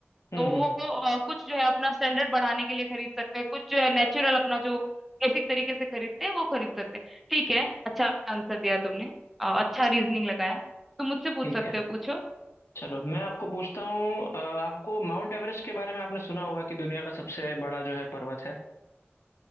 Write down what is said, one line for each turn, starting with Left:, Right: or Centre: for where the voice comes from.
Left: हम्म
Centre: तो वो
Left: हम्म,
Centre: अ, कुछ जो है अपना स्टैंडर्ड बढ़ाने के लिए खरीद सकते हैं कुछ जो है नेचुरल अपना जो बेसिक तरीके से खरीदते हैं वो खरीद सकते हैं ठीक है अच्छा आंसर दिया तुमने अ, अच्छा रीजनिंग लगाया तुम मुझसे
Left: ठीक
Centre: पूछ सकते
Left: है
Centre: हो पूछो
Left: चलो मैं आपको पूछता हूँ अ, आपको माउंट एवरेस्ट के बारे में आपने सुना होगा कि दुनिया का सबसे बड़ा जो है पर्वत है